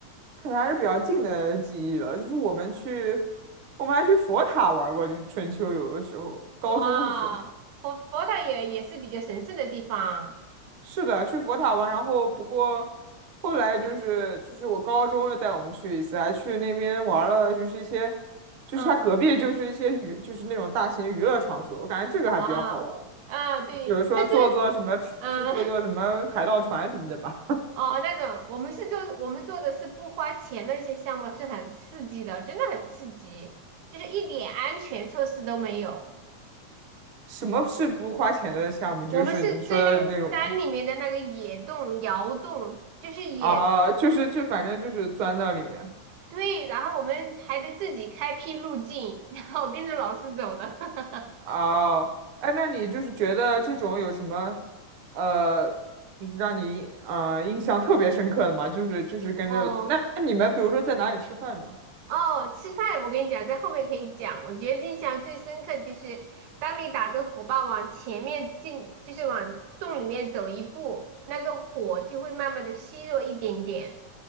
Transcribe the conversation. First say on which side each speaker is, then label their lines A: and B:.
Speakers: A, on the right (about 65°); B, on the right (about 90°).
A: 可能还是比较近的记忆了，就是我们去，我们还去佛塔玩过，就是春秋游的时候，高中的时候。
B: 哇，佛佛塔也也是比较神圣的地方，
A: 是的，去佛塔玩，然后不过后来就是就是我高中又带我们去一次，还去那边玩了，就是一些就是它隔壁就是一些娱就是那种大型娱乐场所，
B: 嗯，
A: 我感觉这个还比较好玩，
B: 哇，啊对，
A: 比如说坐坐什么去坐坐什么海盗船什么的吧。
B: 但是嗯。<laughs> 哦，那种我们是做我们做的是不花钱的一些项目，是很刺激的，真的很刺激，就是一点安全措施都没有。
A: 什么是不花钱的项目？就是你说的那种吗？
B: 我们是在那个山里面的那个野洞、窑洞，就是野的，
A: 啊，就是就反正就是钻到里面。
B: 对。然后我们还得自己开辟路径，然后跟着老师走的。<laughs>
A: 哦，哎，那你就是觉得这种有什么，呃，就是让你呃印象特别深刻的吗？就是就是跟着那那你们比如说在哪里吃饭呢？
B: 哦，哦，吃饭我跟你讲，在后面可以讲。我觉得印象最深刻的就是当你打着火把往前面进，就是往洞里面走一步，那个火就会慢慢的虚弱一点点。